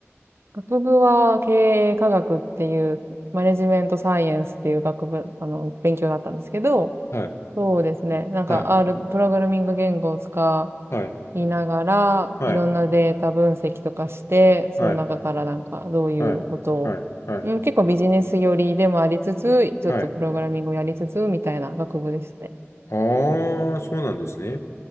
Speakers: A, on the right (about 60°); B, on the left (about 75°).
A: 学部は経営科学っていう、マネジメントサイエンスっていう学部、あの、勉強だったんですけど、
B: はい、
A: そうですね。なんか
B: はい、
A: R、プログラミング言語を使
B: はい、
A: いながら、
B: はい、
A: いろんなデータ分析とかして、その中からなんかどういうことを、
B: はい、はい、はい、はい、
A: うん、結構ビジネス寄りでもありつつ、ちょっとプログラミングをやりつつ、
B: はい。
A: みたいな学部ですね。
B: ああ、そうなんですね。